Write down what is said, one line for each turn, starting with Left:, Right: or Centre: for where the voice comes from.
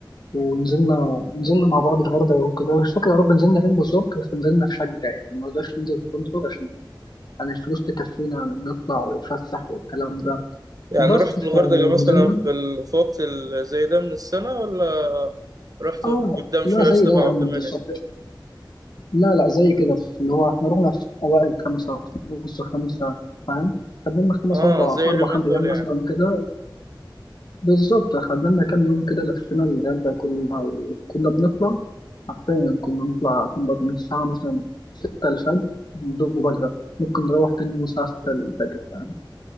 Left: ونزلنا نزلنا مع بعض الغردقه وكده مش فاكر يا رب نزلنا فين بالظبط بس نزلنا في شقه يعني ما رضاش ننزل في فندق عشان يعني الفلوس تكفينا نطلع ونتفسح والكلام ده
Right: يعني
Left: بس
Right: رحت الغردقة
Left: فنزلنا
Right: مثلا في, ال... في وقت ال- زي ده من السنة ولا رحت
Left: اه
Right: قدام شوية
Left: لا زي
Right: في سبعة
Left: ده يا
Right: وثمانية
Left: عم بالظبط لا لا زي كده في- اللي هو احنا رحنا في اوائل خمسه في نص خمسه فاهم خدنا لنا خمس
Right: اه
Left: أربع
Right: زي
Left: أربع
Right: اليومين
Left: خمس
Right: دول
Left: أيام
Right: يعني
Left: مثلا كده بالظبط خدنا لنا كام يوم كده لفينا الغردقة كلها وكنا بنطلع حرفيا كنا نطلع نقعد من الساعة مثلا ستة الفجر بدون مبالغة ممكن نروح تاني يوم الساعة ستة الفجر فاهم؟